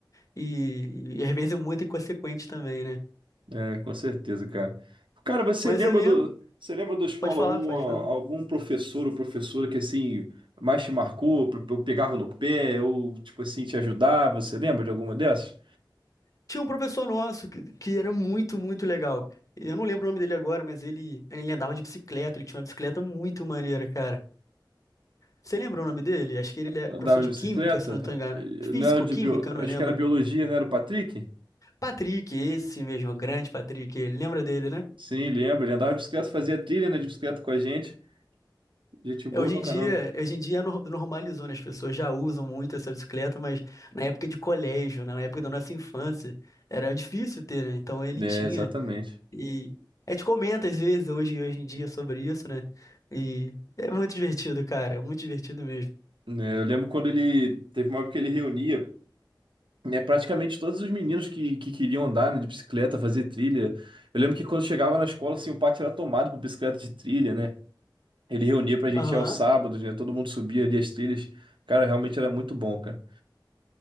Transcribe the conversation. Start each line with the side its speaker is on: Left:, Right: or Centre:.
Left: E, e às vezes é muito inconsequente também, né?
Right: É, com certeza, cara. Cara, você
Left: Mas
Right: lembra
Left: eu lembro.
Right: do, você lembra da escola
Left: Pode falar,
Right: algum,
Left: pode
Right: ah,
Left: falar.
Right: algum professor ou professora que assim mais te marcou, pe- pe- pegava no pé ou tipo assim te ajudava? Você lembra de alguma dessas?
Left: Tinha um professor nosso que, que era muito, muito legal. Eu não lembro o nome dele agora, mas ele, ele andava de bicicleta, ele tinha uma bicicleta muito maneira, cara. Você lembra o nome dele? Acho que ele é
Right: Andava
Left: professor de
Right: de bicicleta?
Left: química, se eu não estou enganado.
Right: Eh,
Left: Físico-química,
Right: Não era de bio...
Left: eu não
Right: acho
Left: lembro.
Right: que era biologia, não era o Patrick?
Left: Patrick, esse mesmo, o grande Patrick, ele lembra dele, né?
Right: Sim, lembro. Ele andava de bicicleta, fazia trilha, né, de bicicleta com a gente. Gente boa
Left: É, Hoje
Right: pra
Left: em
Right: caramba.
Left: dia, hoje em dia nor- normalizou, né? As pessoas já usam muito essa bicicleta, mas na época de colégio, na época da nossa infância, era difícil ter, né? Então ele
Right: É,
Left: tinha.
Right: exatamente.
Left: E a gente comenta às vezes hoje, hoje em dia sobre isso, né? E é muito divertido, cara, é muito divertido mesmo.
Right: Né, eu lembro quando ele teve uma época que ele reunia É, praticamente todos os meninos que, que queriam andar, né, de bicicleta, fazer trilha. Eu lembro que quando chegava na escola, assim, o pátio era tomado por bicicleta de trilha, né? Ele reunia pra gente
Left: Aham.
Right: ir aos sábados, né? Todo mundo subia ali as trilhas. Cara, realmente era muito bom, cara.